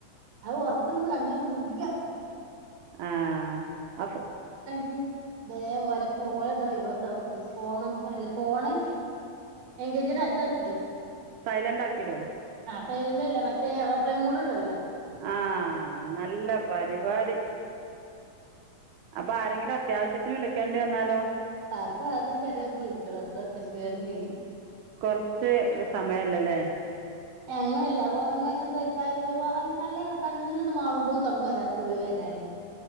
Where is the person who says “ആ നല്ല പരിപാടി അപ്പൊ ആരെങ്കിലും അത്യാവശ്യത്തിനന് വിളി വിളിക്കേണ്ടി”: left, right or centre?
Right